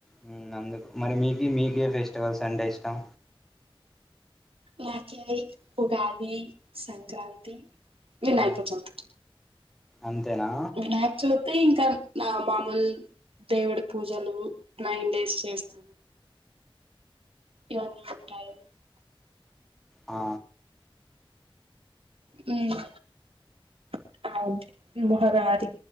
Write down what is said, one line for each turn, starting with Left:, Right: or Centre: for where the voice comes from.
Centre: హ్మ్ అందుకు మరి మీకు మీకే ఫెస్టివల్స్ అంటే ఇష్టం
Right: నాకిది ఉగాది సంక్రాంతి వినాయకచవితి
Centre: ఉమ్, అంతేనా
Right: వినాయకచవితి ఇంకా నా మామ్ముల్ దేవుడి పూజలు నైన్ డేస్ చేస్త్ ఇవన్నీ ఉంటాయి
Centre: ఆ
Right: హ్మ్ <unintelligible> మొహారాతి